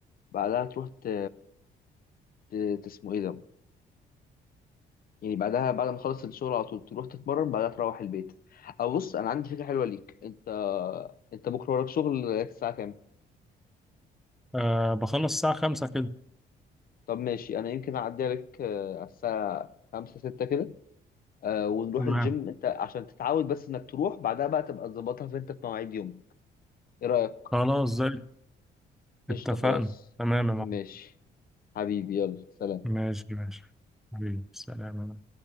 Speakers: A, on the left; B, in the centre.
A: بعدها تروح ت... ت- ت- اسمه ايه ده يعني بعدها بعد ما تخلص الشغل على طول تروح تتمرن بعدها تروح البيت او بص انا عندي فكرة حلوة ليك انت انت بكرة وراك شغل لغاية الساعة كام
B: أه بخلص الساعة خمسة كده
A: طب ماشي انا يمكن اعدي عليك آه، على الساعة خمسة ستة كده آه، ونروح
B: تمام
A: الجيم انت عشان تتعود بس انك تروح بعدها بقى تبقى تظبطها في انت في مواعيد يوم ايه رأيك
B: خلاص زي
A: قشطة
B: اتفقنا
A: خلاص
B: تمام يا معلم
A: ماشي حبيبي يلا سلام
B: ماشي ماشي حبيبي سلام يا معلم.